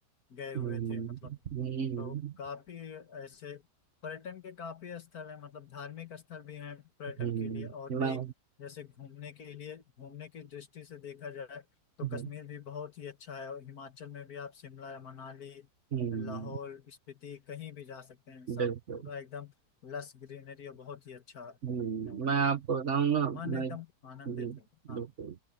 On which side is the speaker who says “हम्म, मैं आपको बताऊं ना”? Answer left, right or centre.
Right